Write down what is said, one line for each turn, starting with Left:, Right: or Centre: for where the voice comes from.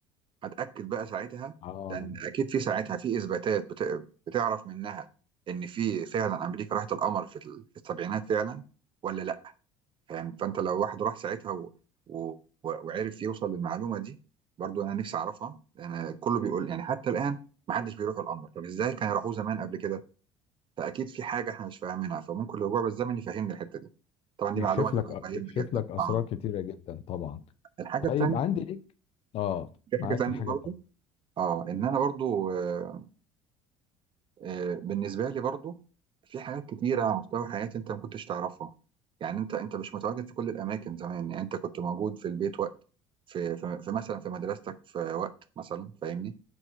Right: هتاكد بقى ساعتها
Left: اه
Right: لان اكيد في ساعتها في اثباتات بت... بتعرف منها ان في فعلا امريكا راحت القمر في, ال... في السبعينات فعلا ولا لا فاهم فانت لو واحد راح ساعتها و... و... و- وعرف يوصل للمعلومه دي برضو انا نفسي اعرفها انا كله بيقول يعني حتى الان ما حدش بيروح القمر طب ازاي كانوا راحوه زمان قبل كده فاكيد في حاجه احنا مش فاهمينها فممكن الرجوع بالزمن يفهمنا الحته دي طبعا دي
Left: يكشف
Right: معلومه تبقى
Left: لك
Right: قيمه
Left: يكشف
Right: جدا
Left: لك اسرار
Right: اه
Left: كتيره جدا طبعا
Right: الحاجه
Left: طيب
Right: التانيه
Left: عندي ليك اه
Right: في
Left: معاك
Right: حاجه تانيه
Left: في الحاجه
Right: برضو
Left: التانيه
Right: اه ان انا برضو آه آه بالنسبه لي برضو في حاجات كتيره على مستوى حياتي انت ما كنتش تعرفها يعني انت انت مش متواجد في كل الاماكن زمان يعني انت كنت موجود في البيت وقت في, في, في مثلا في مدرستك في وقت مثلا فاهمني